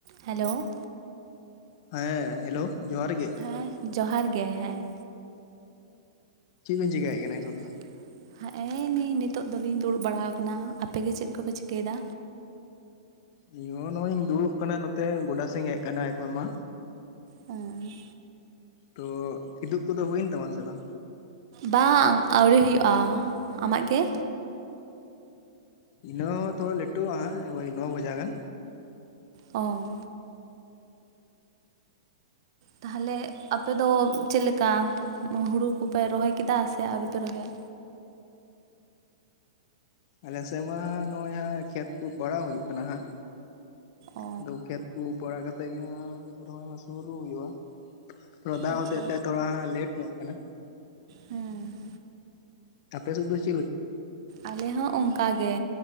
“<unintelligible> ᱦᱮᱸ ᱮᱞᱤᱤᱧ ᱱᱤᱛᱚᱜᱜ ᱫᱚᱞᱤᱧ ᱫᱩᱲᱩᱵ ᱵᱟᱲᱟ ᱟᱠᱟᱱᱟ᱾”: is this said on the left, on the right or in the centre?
Right